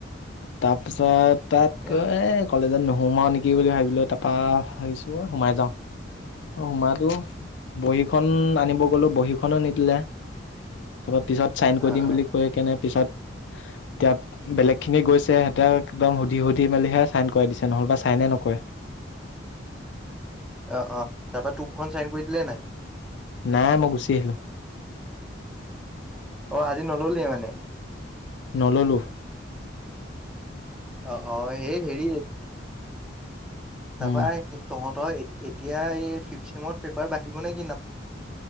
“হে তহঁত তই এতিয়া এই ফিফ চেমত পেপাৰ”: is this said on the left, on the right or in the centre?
Centre